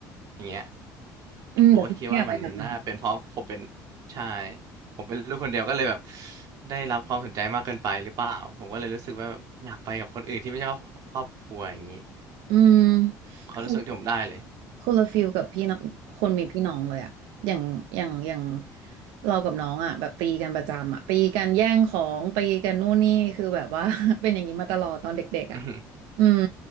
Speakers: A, on the right; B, on the right.
A: อย่างเงี้ย
B: อืมเดี๋ยวพี่อยากไปดำน้
A: ผมก็คิดว่ามันน่าเป็นเพราะผมเป็นใช่ผมเป็นลูกคนเดียวก็เลยแบบได้รับความสนใจมากเกินไปหรือเปล่าผมก็เลยรู้สึกว่าแบบอยากไปกับคนอื่นที่ไม่ใช่ครอบครอบครัวอย่างนี้
B: ำอืม
A: ความรู้สึกที่ผมได้เลย
B: คง คนละฟิลกับพี่น้องคนมีพี่น้องเลยอะอย่างอย่างอย่างเรากับน้องอะแบบตีกันประจำอะตีกันแย่งของตีกันนู่นนี่คือแบบว่า <laughs> เป็นอย่างนี้มาตลอดตอนเด็กๆอะ
A: <laughs> อือฮึ
B: อืม